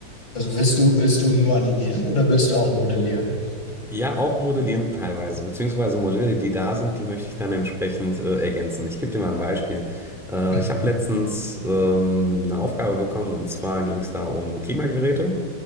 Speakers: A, on the left; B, in the centre.
A: also willst du, willst du nur animieren oder willst du auch modellieren?
B: Ja, auch modellieren teilweise, beziehungsweise Modelle, die da sind, die möchte ich dann entsprechend äh, ergänzen. Ich gebe dir mal ein Beispiel. Äh,
A: Mhm.
B: ich habe letztens ähm, eine Aufgabe bekommen und zwar ging es da um Klimageräte.